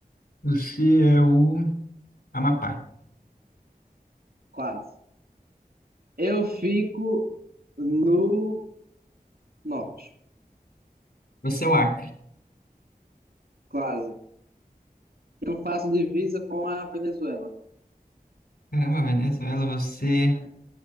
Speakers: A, on the left; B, on the right.
A: Você é o Amapá.
B: quase. Eu fico no norte,
A: Você é o Acre.
B: quase. Eu faço divisa com a Venezuela.
A: Caramba, Venezuela, você